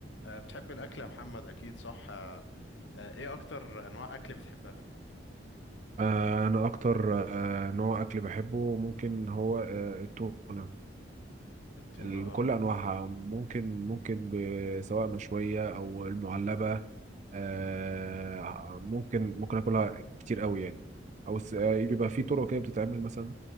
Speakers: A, on the left (about 80°); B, on the right (about 40°).
A: أه بتحب الأكل يا محمد أكيد صح أه آه، إيه أكتر أنواع أكل بتحبها؟
B: آه، انا اكتر آه، نوع اكل بحبه ممكن هو آه، التونه
A: التونة
B: ال-
A: أه
B: بكل انواعها ممكن ممكن ب- سواء مشويه او المعلبه آه، ممكن ممكن اكلها كتير قوي يعني او س- آه، بيبقى في طرق كده بتتعمل مثلا